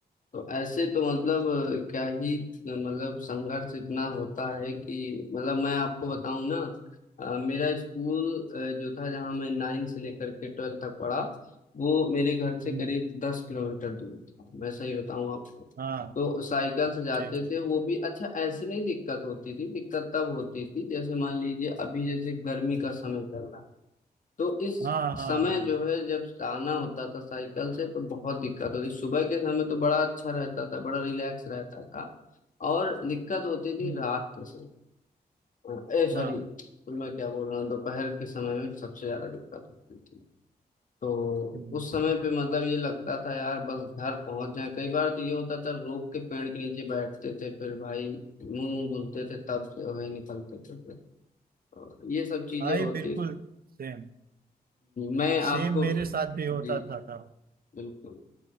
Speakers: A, on the left (about 50°); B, on the right (about 60°).
A: तो ऐसे तो मतलब अ, क्या ही अ, मतलब संघर्ष इतना होता है कि मतलब मैं आपको बताऊं ना अ, मेरा स्कूल अ, जो था जहाँ मैं नाइन्थ से लेकर के ट्वेल्थ तक पढ़ा वो मेरे घर से
B: हम्म
A: करीब दस किलोमीटर दूर था मैं सही बताऊं आपको
B: हाँ
A: तो साइकिल से जाते
B: ठीक है
A: थे वो भी अच्छा ऐसे नहीं दिक्कत होती थी दिक्कत तब होती थी जैसे मान लीजिए अभी जैसे गर्मी का समय चल रहा है तो इस
B: हाँ हाँ
A: समय
B: हाँ
A: जो है जब आना होता था साइकिल से तो बहुत दिक्कत होती सुबह के समय तो बड़ा अच्छा रहता था बड़ा रिलैक्स रहता था और दिक्कत होती थी
B: हम्म,
A: रात के समय ए सॉरी
B: हाँ
A: तो मैं क्या बोल रहा हूँ दोपहर के समय में सबसे ज्यादा दिक्कत होती थी तो
B: हम्म,
A: उस समय पे मतलब ये लगता था यार बस घर पहुंच जाए कई बार तो ये होता था रोक के पेड़ के नीचे बैठते थे फिर भाई मुंह धुलते थे तब जो है निकलते थे फिर और ये सब चीजें
B: भाई
A: होती
B: बिल्कुल सेम
A: मैं आपको
B: सेम मेरे साथ भी होता
A: जी
B: था था
A: बिल्कुल